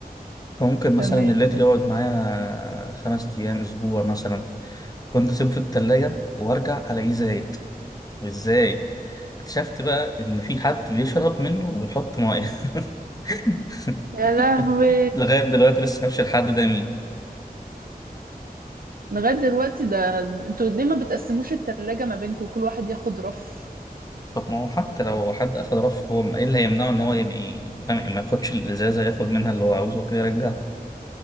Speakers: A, on the left; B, on the right.
A: فممكن مثلا
B: تمام
A: اللتر يقعد معايا خمس ايام اسبوع مثلا كنت اسيبه في التلاجة وارجع الاقيه زايد وازاي اكتشفت بقى ان في حد بيشرب منه ويحط ميه <laughs>
B: يا لهوي
A: لغاية دلوقتي لسه هفشل الحد ده مين
B: لغاية دلوقتي ده انتوا ليه ما بتقسموش التلاجة ما بينكم كل واحد ياخد رف
A: طب ما هو حتى لو حد أخد رف هو م- إيه اللي هيمنعه إن هو يبقى فاهم ما ياخدش الإزازة ياخد منها اللي هو عاوزه وكده يرجعها